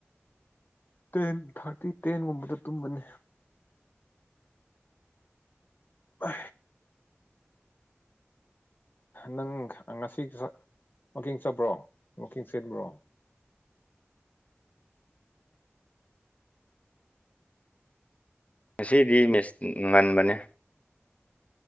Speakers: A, on the left; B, on the left.
A: ꯇꯦꯟ ꯊꯥꯔꯇꯤ ꯇꯦꯟꯒꯨꯝꯕꯗ ꯇꯨꯝꯕꯅꯤ ꯑ ꯅꯪ ꯉꯁꯤ ꯋꯥꯀꯤꯡ ꯆꯕ꯭ꯔꯣ ꯋꯥꯀꯤꯡ ꯆꯦꯟꯕ꯭ꯔꯣ
B: <inaudible> ꯉꯁꯤꯗꯤ ꯃꯤꯁ ꯉꯟꯕꯅꯦ